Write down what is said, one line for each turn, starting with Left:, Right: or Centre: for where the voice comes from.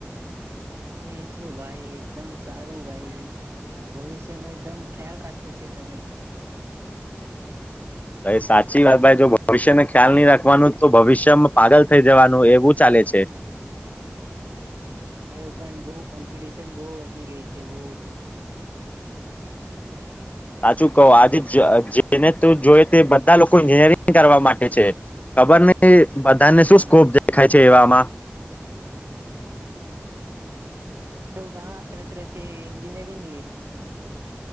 Right: એ તો ભાઈ એકદમ સારું ભાઈ ભવિષ્યનો એકદમ ખ્યાલ રાખ્યો છે તમે
Left: એ સાચી વાત ભાઈ જો ભવિષ્યને ખ્યાલ નહી રાખવાનું તો ભવિષ્યમાં પાગલ થઈ જવાનું એવું ચાલે છે.
Right: હ પણ બહુ કોમ્પિટિશન બહુ વધી ગઈ છે બહુ
Left: સાચું કહો આજે જેને તો જોઈ તે બધા લોકો એન્જિનિયરિંગ કરવા માટે છે ખબર નહીં બધાને
Right: હા
Left: શું સ્કોપ દેખાય છે. કેવામાં
Right: બધા હ <unintelligible> ત ત છે એન્જિનિયરિંગ લેવું છે ભાઈ